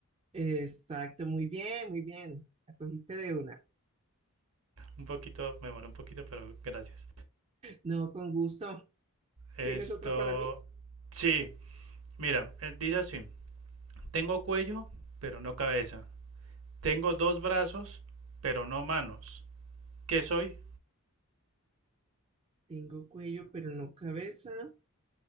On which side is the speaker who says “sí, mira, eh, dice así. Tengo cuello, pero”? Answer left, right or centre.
Right